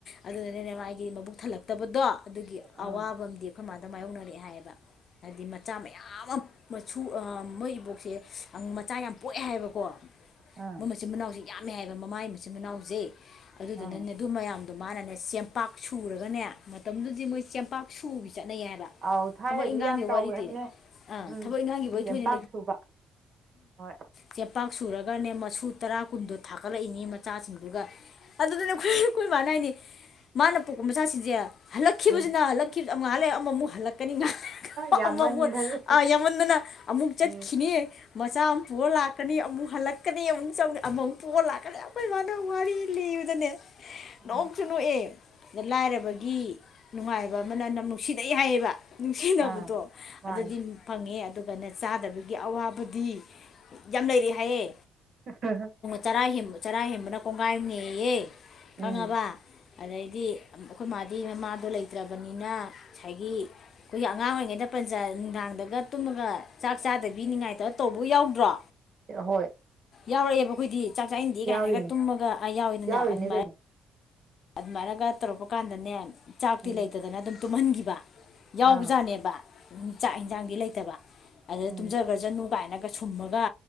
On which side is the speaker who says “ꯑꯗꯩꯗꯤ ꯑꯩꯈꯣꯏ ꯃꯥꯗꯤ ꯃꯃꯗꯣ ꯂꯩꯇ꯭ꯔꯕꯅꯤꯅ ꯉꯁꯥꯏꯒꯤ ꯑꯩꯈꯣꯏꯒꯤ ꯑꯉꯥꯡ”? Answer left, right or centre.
Left